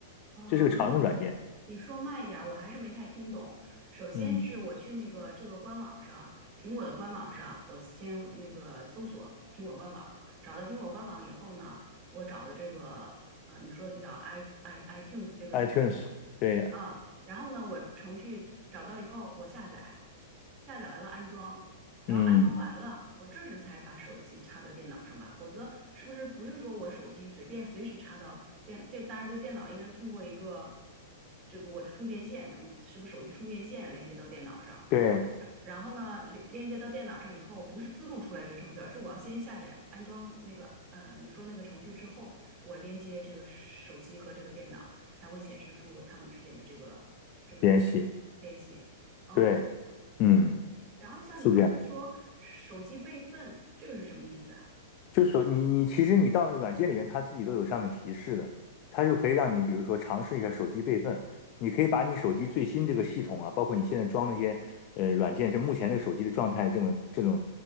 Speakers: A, on the right (about 30°); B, on the left (about 40°).
A: 啊，
B: 这是个常用软件，
A: 你你你说慢一点儿，我还是没太听懂。首先是我去那个这个官网上，
B: 嗯。
A: 苹果的官网上，我先那个搜索苹果官网，找到苹果官网以后呢，我找的这个呃你说的这叫 i i iTunes 这个程序。
B: iTunes，对，
A: 啊，然后呢，我程序找到以后，我下载，下载完了安装，然后安装完了，
B: 嗯，
A: 我这时才把手机插到电脑上吧，否则是不是不是说我手机随便随时插到电，这当然这电脑应该是通过一个这个我的充电线什么，是不是手机充电线连接到电脑上？
B: 对，
A: 然后呢，连连接到电脑上以后，不是自动出来这个程序，而是我要先下载安装那个呃你说那个程序之后，我连接这个手机和这个电脑，才会显示出它们之间的这个这个
B: 联系，
A: 联系。哦，
B: 对，嗯，
A: 然后像你刚才说手机备份，
B: 是这样。
A: 这个是什么意思啊？
B: 就手你你其实你到那个软件里面，它自己都有上面提示的，它就可以让你比如说尝试一下手机备份，你可以把你手机最新这个系统啊，包括你现在装那些呃软件，这目前这个手机的状态，这种这种